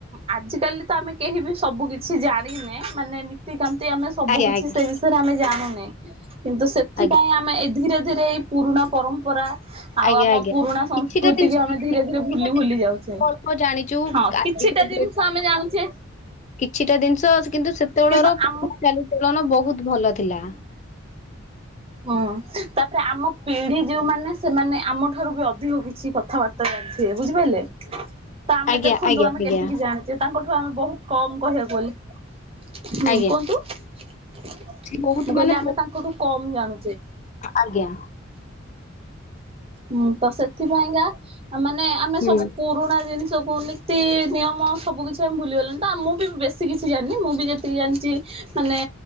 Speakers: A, on the right; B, on the left.
A: ଆଜିକାଲି ତ ଆମେ କେହି ବି ସବୁ କିଛି ଜାଣିନେ ମାନେ ନୀତିକାମ ଆମେ ସବୁ
B: ଆଜ୍ଞା
A: କିଛି
B: ଆଜ୍ଞା
A: ସେ ବିଷୟରେ ଆମେ ଜାଣିନେ କିନ୍ତୁ ସେଥିପାଇଁ
B: ଆଜ୍ଞା
A: ଆମେ ଧୀରେ ଧୀରେ ଏଇ ପୁରୁଣା ପରମ୍ପରା ଆଉ
B: ଆଜ୍ଞା
A: ଆମ
B: ଆଜ୍ଞା
A: ପୁରୁଣା ସଂସ୍କୃତିକୁ
B: କିଛିଟା ଜିନିଷ
A: ଆମେ ଧୀରେ ଧୀରେ ଭୁଲି ଭୁଲି ଯାଉଛେ
B: ଅଳ୍ପ ଜାଣିଛୁ
A: ହଁ କିଛିଟା
B: ଆଜିକା
A: ଜିନିଷ ଆମେ ଜାଣୁଛେ
B: କିଛିଟା ଜିନିଷ ଆ କିନ୍ତୁ ସେତେବେଳର
A: କିନ୍ତୁ ଆମ
B: ଚାଲିଚଳନ ବହୁତ ଭଲ ଥିଲା।
A: ହୁଁ ତାପରେ ଆମ ପିଢି ଯୋଉମାନେ ସେମାନେ ଆମ ଠାରୁ ବି ଅଧିକ କିଛି କଥାବାର୍ତ୍ତା ଯ ବୁଝିପାରିଲେ? ତ ଆମେ
B: ଆଜ୍ଞା
A: ଦେଖନ୍ତୁ
B: ଆଜ୍ଞା
A: ଆମେ
B: ଆଜ୍ଞା
A: କେତିକି ଜାଣିଛେ ତାଙ୍କଠୁ ଆମେ ବହୁତ କମ କହିବାକୁ ଗଲେ ହୁଁ
B: ଆଜ୍ଞା
A: କୁହନ୍ତୁ ମୁଁ
B: ବହୁତ ମାନେ
A: କହିଲେ ଆମେ ତାଙ୍କଠୁ କମ୍ ଜାଣୁ
B: ଆଜ୍ଞା।
A: ହୁଁ ତ ସେଥିପାଇଁକା ମାନେ ଆମେ
B: ହୁଁ
A: ସବୁ ପୁରୁଣା ଜିନିଷ ସବୁ ନୀତି ନିୟମ ସବୁ କିଛି ଆମେ ଭୁଲିଗଲେଣି ତ ଆଉ ମୁଁ ବି ବେଶୀ କିଛି ଜାଣିନି ମୁଁ ବି ଯେତିକି ଜାଣିଛି ମାନେ